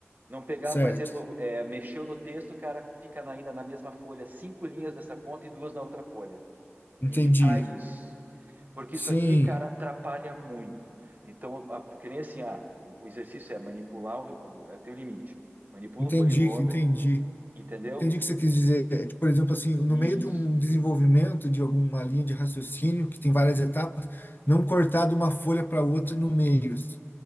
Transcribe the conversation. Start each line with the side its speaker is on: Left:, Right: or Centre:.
Right: Não pegar,
Left: certo.
Right: por exemplo, é, mexeu no texto, o cara fica na- ainda na mesma folha, cinco linhas dessa conta e duas na outra folha.
Left: Entendi.
Right: Evitar isso. Porque
Left: Sim,
Right: isso aqui, cara, atrapalha muito. Então, a, que nem assim, ah, o, o exercício é manipular o, o, é o teu limite. Manipula
Left: entendi,
Right: o polinômio,
Left: entendi.
Right: entendeu?
Left: Entendi o que você quis dizer. É, tipo, Por exemplo, assim, no
Right: Isso.
Left: meio de um desenvolvimento de alguma linha de raciocínio, que tem várias etapas, não cortar de uma folha para outra no meio. assim.